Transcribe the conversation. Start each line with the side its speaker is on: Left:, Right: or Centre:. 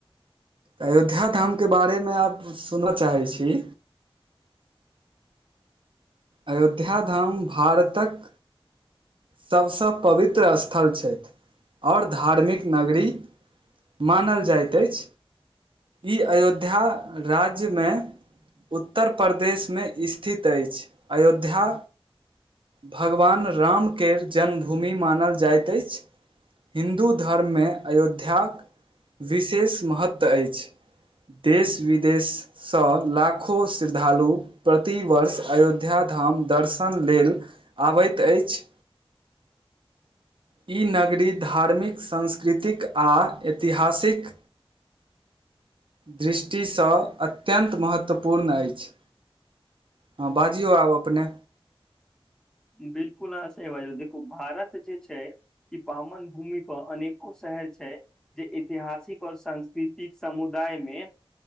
Right: अयोध्याधाम के बारे मे आब सुनअऽ चाहै छी। अयोध्याधाम भारतक, सब स पवित्र स्थल छै, और धार्मिक नगरी मानल जाइत अछि, इ अयोध्या राज्य मे उत्तरप्रदेश मे स्थित अछि, अयोध्या भगवान राम के जन्मभूमि मानल जाइत अैछ, हिन्दू धर्म मे अयोध्याक विशेष महत्व अैछ, देश -विदेश स लाखो श्रद्धालु, प्रतिवर्ष अयोध्याधाम दर्शन लेल आबैत अैछ। इ नगरी धार्मिक, सांस्कृतिक, आ ऐतिहासिक, दृष्टि स अत्यन्त महत्वपूर्ण अैछ। हॅ बाजियौ आब अपने।
Centre: बिल्कुल आँहा सही बजलौ, देखू भारत जे छै इ पावन भूमि पर अनेको शहर छैय। जे ऐतिहासिक और सांस्कृतिक समुदाय मे,